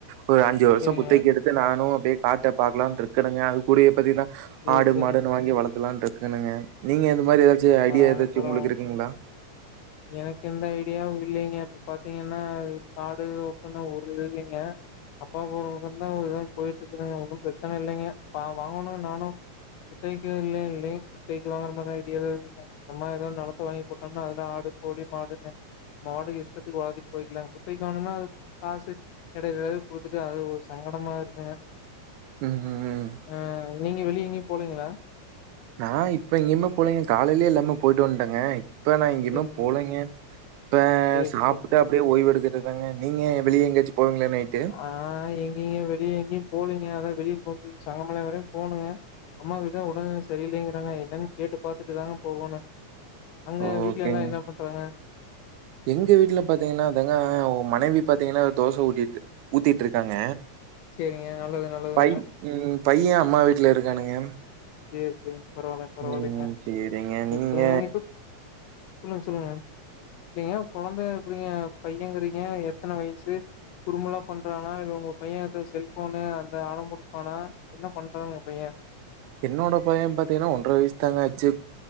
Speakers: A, on the right; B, on the left.
A: ஒரு அஞ்சு வர்ஷோ
B: சரிங்க
A: குத்தைக்கு எடுத் து நானு அப்டியே காட்ட பாக்கலாம்னு இருக்கணுங்க அது கூடவே பத்தின
B: சேரி
A: ஆடு
B: சேரிங்க
A: மாடுன்னு வாங்கி வளத்தலாம்னு இருக் க்கணுங்க நீங்க இந்த மாரி ஏதாச்சு ஐடியா
B: பரவாயில்ல
A: ஏதாச்சு
B: பரவாயில்ல
A: உங்களுக்கு இருக்குங்களா
B: எனக்கு எந்த ஐடியாவு இல்லிங்க இப்ப பாத்தீங்கன்னா காடு தோப்புன்னு ஒரு இது இல்லிங்க அப்பா போற பக்கோந்தா <unintelligible> போய்ட்டு இருக்குதுங்க ஒன்னு ப்ரச்சனை இல்லைங்க பாவ் வாங்குனு நானு குத்தவக்கே இல்ல இல்லைங் குத்தவிக்கு வாங்கற மாரிலா ஐடியா ஏது இல்லிங்க சொந்தமா ஏதா நெலத்த வாங்கி போட்டோம்னா அதுல ஆடு கோழி மாடுன்னு மாடு இஷ்டத்துக்கு வாங்கிட்டு போய்க்கலா குத்தவிக்கி வாங்கனுன அதுக் காசு எடையில எடையில குடுத்துட்டு அது ஒரு சங்கடமா இருக்குங்க
A: ம்ஹ்ம்.
B: அ நீங்க வெளிய எங்கயு போலீங்களா
A: நா இப்ப இங்கயுமே போலங்க காலையிலயே எல்லாம போய்ட்டு வந்துட்டேங்க இப்ப நா இங்கேயுமே
B: சேரிங்க
A: போலங்கெ இப்ப
B: சேரி
A: சாப்புட்டு
B: சேரிங்க
A: அ ட்டுயே ஓய்வு எடுக்காறது தாங்க நீங்க வெளியே எங்காச்சு போவீங்கள நைட்டு
B: ஆ எங்கிங்க வெளியே எங்கேயு போலீங்க அதா வெளிய கொஞ்ச சமமழ வேற போணுங்க அம்மாக்கு தா உடல்நிலை சரியில்லேங்கறங்க என்னன்னு கேட்டு பாத்துட்டு தாங்க போகணு அங்க
A: ஓகேங்க.
B: வீட்ல எல்லா என்ன பண்றாங்க
A: எங்க வீட்டுல பாத்திங்ன்னா அதிங்க மனைவி பாத்திங்கன்னா தோச ஊத்திட்டு இருக்காங்க
B: சேரிங்க நல்லது நல்லதுங்க
A: பை ம் பைய அம்மா வீட்ல இருக்கானுங்க
B: சேரி சேரி பரவால்ல பரவால்லிங்க
A: ம் சேரிங்க நீங்க
B: இப்டி இப்ப சொல்லுங்க பாத்திங்னா கொழந்த அப்டிங்றீங்க பையங்றீங்க எத்தன வயசு குருபெல்லா பண்றானா இல்ல உங்க பைய அ செல்போனு அந்த அடம்புடிப்பானா என்ன பண்றாங் ஊங்க பைய
A: என்னோட பைய பாத்திங்கன்னா ஒன்ற வயசு தாங்க ஆச்சு